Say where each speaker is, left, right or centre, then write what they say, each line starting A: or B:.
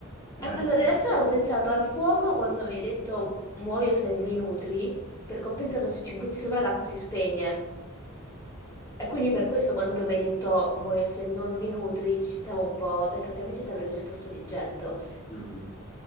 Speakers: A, on the left (about 50°); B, on the left (about 15°).
A: Era
B: Allora,
A: difficile.
B: in realtà avevo pensato al fuoco quando mi hai detto muoio se mi nutri, perché ho pensato se ci butti sopra l'acqua si spegne. E quindi per questo quando poi mi hai detto muoio se non mi nutri, ci stavo un po', perché altrimenti ti avrei risposto di getto.
A: Mhm.